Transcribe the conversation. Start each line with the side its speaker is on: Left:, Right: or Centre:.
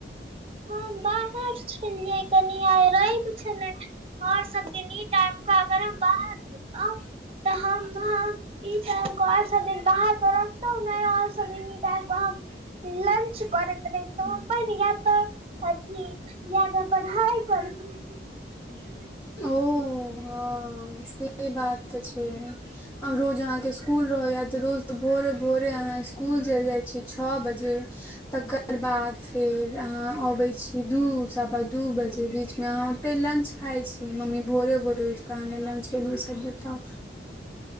Right: हम बाहर छलियै कनि आइ रैब छलै और सब दिन टाइ के अगर हम बाहर रहितौं
Left: <inaudible>
Right: तऽ हम ई टाइम कऽ और सब दिन बाहर तऽ रहतौं नै, और सब दिन ई टाईम के हम लंच करैत रहितौं अपन या तऽ अथी या तऽ पढ़ाइ करैत रैहतौं।
Left: <inaudible> ओ। हं से बात तऽ छै, आब रोज अहाँके स्कुल रहैया तऽ रोज तऽ भोरे भोरे अहाँ इसकुल चलि जाइ छियै छ बजे। तकर बाद फेर अहाँ अबै छी, दू सवा दू बजें बीचमे अहाँ ओते लंच खाइ छी मम्मी भोरे- भोरे उठ कऽ आहां लेल लंच बनबए छैथ बताउ।